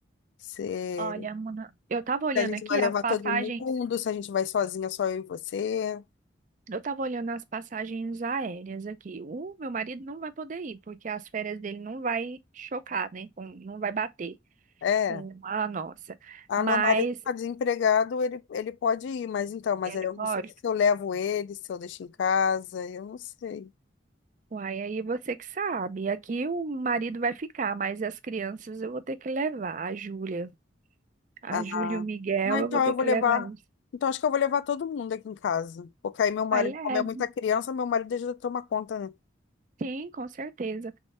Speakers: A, on the left; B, on the right.
A: se,
B: Olha, Mona, eu tava olhando
A: se a gente
B: aqui
A: vai levar
B: as passagens.
A: todo mundo, se a gente vai sozinha, só eu e você.
B: Eu estava olhando as passagens aéreas aqui. O meu marido não vai poder ir, porque as férias dele não vai chocar, né? com- não vai bater
A: É.
B: com a nossa.
A: Ah,
B: Mas
A: meu marido está desempregado, ele, ele pode ir, mas então, mas
B: ele
A: aí eu
B: pode.
A: não sei se eu levo ele, se eu deixo em casa, eu não sei.
B: Uai, aí você que sabe. Aqui o marido vai ficar, mas as crianças eu vou ter que levar. A Júlia, a
A: Ah,
B: Júlia e o Miguel
A: não, então
B: eu vou ter
A: eu
B: que
A: vou levar.
B: levar eles.
A: Então acho que eu vou levar todo mundo aqui em casa. Porque aí meu marido,
B: Mas leva,
A: como é muita criança, meu marido ajuda a tomar conta, né?
B: sim, com certeza.